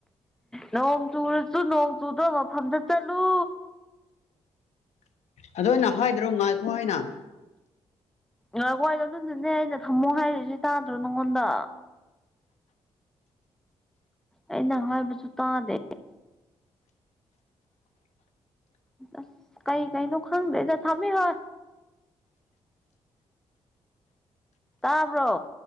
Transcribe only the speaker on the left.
ꯑꯗꯣ ꯑꯩꯅ ꯍꯥꯏꯗ꯭ꯔꯣ ꯉꯥꯏꯈꯣ ꯍꯥꯏꯅ